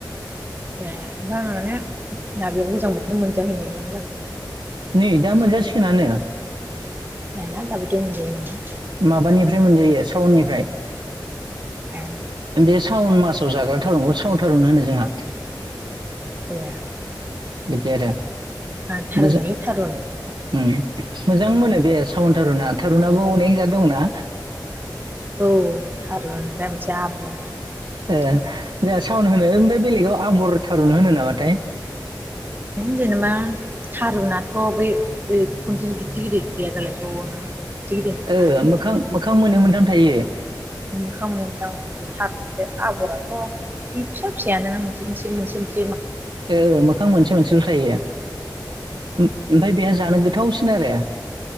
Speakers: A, on the right (about 25°); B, on the right (about 75°).
A: <unintelligible> ना बेयाव गोजां बोथोर मोनजाहैनाय नामा जाखो?
B: नै दा
A: बिदिखौ
B: मोनजासिगोनानो।
A: <unintelligible>
B: माबानिफ्राय मोनजायो साउननिफ्राय
A: ए
B: बे सावन मासाव जाग्रा थारुनखौ साव थारुन होनो जोंहा।
A: ए
B: बिदि आरो
A: थारुनालाय
B: मोजा
A: थारुन
B: उम मोजां मोनो बे सावन थारुना थारुन <unintelligible> अनेक जा दंना
A: <unintelligible>
B: ए जोंहा साउन होनो ओमफ्राय बेलेगाव आबर थारुन होनो नामाथाय?
A: जेनेबा थारुननाथ' बै बै खनसे गिदिर गिदिर गैया दालाय ज'नो। गिदिर मोनोना
B: ओ मोखां मोखां मोननै मोनथाम थायो।
A: <unintelligible>
B: ओ मोखां मोनसे मोनसेल थायो। ओमफाय बेहा जानो गोथावसिन आरो